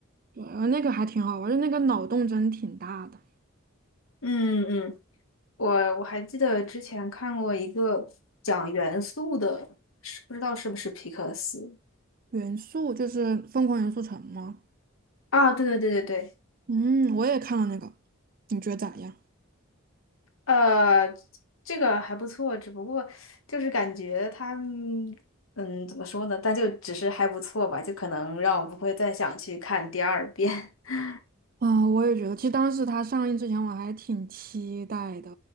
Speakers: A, on the right; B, on the left.
A: 对，呃那个还挺好玩儿，就那个脑洞真挺大的。
B: 嗯嗯，我我还记得之前看过一个讲元素的，是不知道是不是皮克斯
A: 元素就是《疯狂元素城》吗？
B: 啊？对对对对对，
A: 嗯，我也看了那个，你觉得咋样？
B: 呃，这个还不错，只不过就是感觉他们嗯，怎么说呢？但就只是还不错吧，就可能让我不会再想去看第二遍。<laughs>
A: 啊，我也觉得，其实当时它上映之前我还挺期待的，